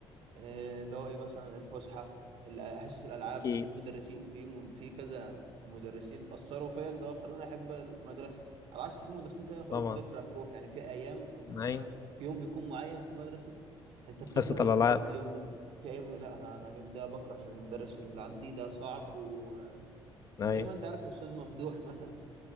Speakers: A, on the right; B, on the left.
A: آه، اللي هو ايه مثلا الفسحه ال- حصص الالعاب
B: اكيد
A: المدرسين في م- في كذا مدرسين اثروا فيا ان هو خلوني احب المدرسه على عكس في مدرسين تانية خلوك
B: طبعا
A: تكره تروح يعني في ايام كنت
B: اي
A: اللي هو في يوم بيكون معين في المدرسه انت بتكره
B: حصه الالعاب
A: تروح اليوم ده في ايام لا انا انا اليوم ده بكره عشان المدرس اللي عندي ده صعب وزي
B: اي
A: ما انت عارف الاستاذ ممدوح مثلا